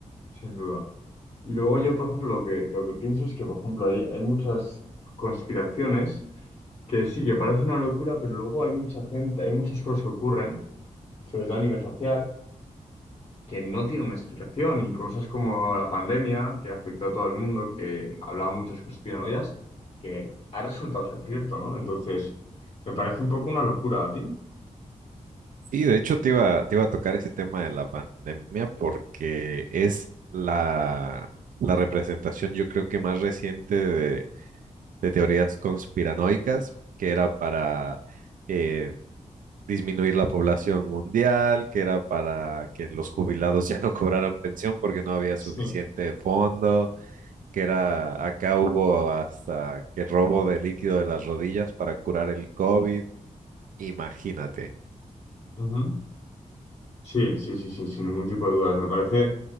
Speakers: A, on the left; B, on the right.
A: sin duda. Y luego yo, por ejemplo, lo que, lo que pienso es que, por ejemplo, hay, hay muchas conspiraciones que sí que parece una locura, pero luego hay mucha gente, hay muchas cosas que ocurren, sobre todo a nivel social, que no tienen una explicación y cosas como la pandemia, que afectó a todo el mundo, que hablaba muchos conspiranoias, que ha resultado ser cierto, ¿no? Entonces, me parece un poco una locura a ti.
B: Y de hecho te iba, te iba a tocar ese tema de la pandemia porque es la, la representación yo creo que más reciente de, de teorías conspiranoicas, que era para eh, disminuir la población mundial, que era para que los jubilados ya no cobraran pensión porque no había
A: Sí.
B: suficiente fondo, que era acá hubo hasta que robo de líquido de las rodillas para curar el COVID, imagínate.
A: Ujú. Sí, sí, sí, sí, sin ningún tipo de dudas. Me parece